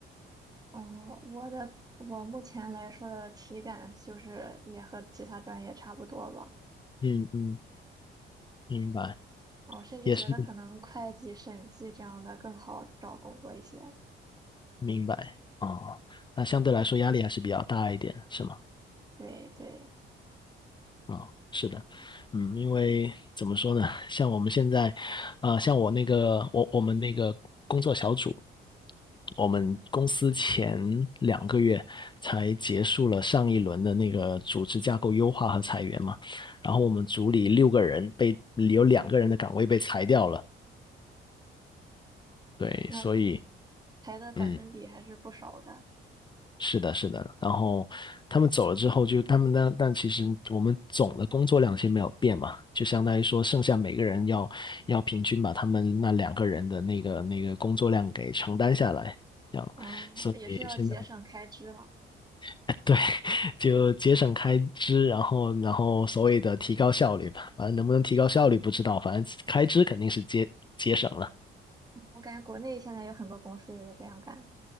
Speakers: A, on the right; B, on the left.
A: 哦，我的我目前来说的体感就是也和其他专业差不多吧。
B: 嗯嗯，明白，
A: 我甚至觉得可能会计、
B: 也是
A: 审计这样的更好找工作一些。
B: 明白哦。那相对来说压力还是比较大一点，是吗？
A: 对对，
B: 啊，是的，嗯，因为怎么说呢，像我们现在，啊、像我那个，我我们那个工作小组，我们公司前两个月才结束了上一轮的那个组织架构优化和裁员嘛，然后我们组里六个人被有两个人的岗位被裁掉了，对，
A: 那
B: 所以。
A: 排的百分比还是不少的，
B: 嗯。是的，是的。然后他们走了之后就，他们呢，但其实我们总的工作量先没有变嘛，就相当于说，剩下每个人要要平均把他们那两个人的那个那个工作量给承担下来，这样。
A: 嗯，
B: 所以现在
A: 也是要节省开支了。
B: <laughs> 对，就节省开支，然后然后所谓的提高效率吧，反正能不能提高效率不知道，反正开支肯定是节节省了。
A: 嗯我感觉国内现在有很多公司也在这样干，